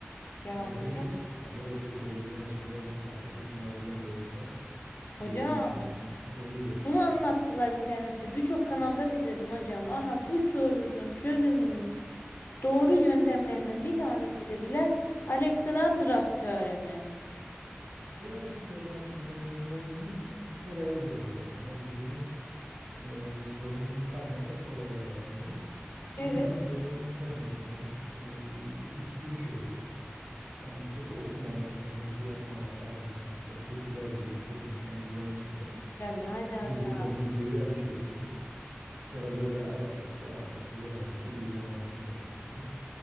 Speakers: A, on the left; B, on the right.
A: Ya
B: Anlatabiliyor
A: hocam.
B: muyum? Yani böyle çok orijinal şeyler ar- çok nadiren de olsa bulan
A: Hocam.
B: öğrenciler oluyor.
A: Bunu anlattılar internette. Birçok kanaldan izledim hocam. Aha bu sorunun çözümünün doğru yöntemlerinden bir tanesi dediler. Alexandros teoremi.
B: Ya işte bak me- me- mevzu oraya geliyor bak mevzunun e, yani sorunun kaynağı oraya dayanıyor.
A: Evet.
B: E gidip böyle internetten e, üstün körü yani sırf okumamak kendisi yapmamak adına işte popüler diye çok insan izlemiş diye
A: Ya ne alaka?
B: gidip o videoyu açıyorsunuz. Sonra böyle alakasız alakasız yerlerde uygulamasını yapıyorsunuz.